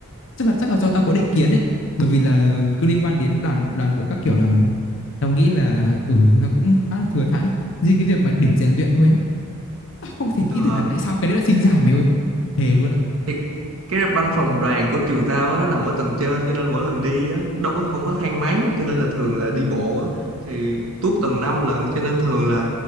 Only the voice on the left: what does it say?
chắc là chắc là do tao có định kiến ấy bởi vì là cứ liên quan đến đoàn đoàn đội các kiểu là tao nghĩ là ừ nó cũng khá là thừa thãi riêng cái việc mà điểm rèn luyện thôi á Tao không thể
nghĩ được là tại sao cái đấy là sinh giảm mày ơi. Thề luôn á.